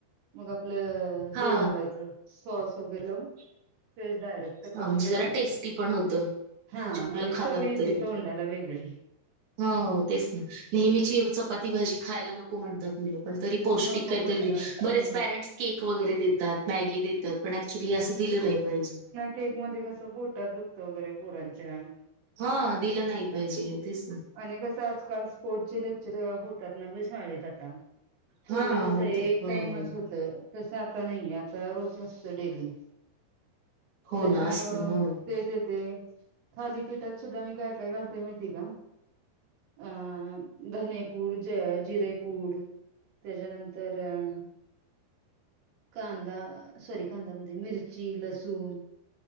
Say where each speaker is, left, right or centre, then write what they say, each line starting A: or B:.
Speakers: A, on the right (about 85°); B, on the right (about 60°).
A: मग आपलं
B: हा
A: हे लावायचं सॉस वगैल तेच डायरेक्ट
B: हा
A: करून
B: म्हणजे
A: देतो
B: जरा टेस्टी पण होतं म्हणजे
A: हा
B: मुलं
A: आणि
B: खातात
A: चव य
B: तरी
A: ते तोंडाला वेगळी.
B: हो तेच ना नेहमीची चपाती भाजी खायला नको म्हणतात मुलं. पण तरी पौष्टिक
A: नको
B: काहीतरी
A: म्हणता
B: बरेच
A: हं.
B: पॅरेंट्स केक वगैरे देतात मॅगी देतात प पण ऍक्च्युली असं दिलं नाही पाहिजे.
A: केक मध्ये कसं पोटात दुखतं वगैरे पोरांच्या.
B: हा दिलं नाही पाहिजे हे तेच ना.
A: आणि कसं आजकाल स्पोर्टचे लेक्चर होतात ना गं शाळेत आता. पूर्वी
B: हा
A: कस
B: होत
A: एक
B: हो
A: टाइमच
B: हो हो
A: होत तस आता नाही आता रोज असत डेली.
B: हो
A: त्याच्यामुळं
B: ना असत हो
A: ते देते. थालीपीठात सुद्धा मी काय काय घालते माहिती का? अं धनेपूड जिरेपूड त्याच्यानंतर एम कांदा सॉरी कांदा म्हणजे मिरची लसूण